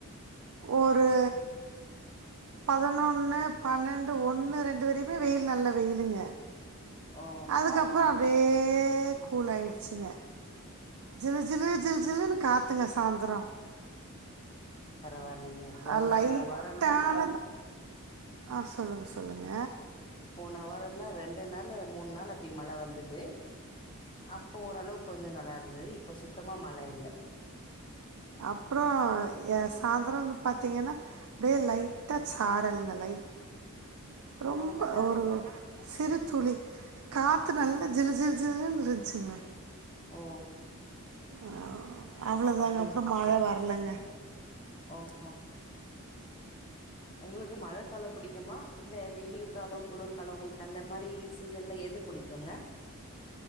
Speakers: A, on the right; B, on the left.
A: ஒரு பதினொன்னு பன்னெண்டு ஒன்னு ரெண்டு வரையுமே வெயில் நல்ல வெயிலுங்க
B: ஓ
A: அதுக்கப்புரோ அப்டியே கூலாயிடுச்சுங்க ஜிலு ஜிலு ஜில் ஜிலுன்னு காத்துங்க சாந்தரம்
B: பரவாயில்லைங்க போன
A: அ லைட்டான
B: வாரந்தா
A: ஆ சொல்லுங்க சொல்லுங்க
B: போன வாரம் தான் ரெண்டு நாள் மூணு நாள் அப்டி மழை வந்தது அப்போ ஓரளவுக்கு கொஞ்சம் நல்லா இருந்தது இப்ப சுத்தமா மழ இல்ல
A: அப்புறம் எ சாந்தரம் வந்து பாத்தீங்கன்னா அப்டியே லைட்டா சாரலுங்க லைட் ரொம்ப
B: ஓ நல்லா
A: ஒரு
B: இருக்கு
A: சிறு துளி காத்து நல்லா ஜிலு ஜிலு ஜிலுன்னு இருந்துச்சுங்க
B: ஓ
A: ஆ அவ்ளோதாங்க
B: அப்டி
A: அப்றொ மழை வரலங்க
B: ஓஹோ ஒங்களுக்கு மழ காலொ புடிக்குமா இல்ல வெயில் காலொ குளுர்காலொ உங்களுக்கு அந்த மாரி சீசன்ல எது புடிக்குங்க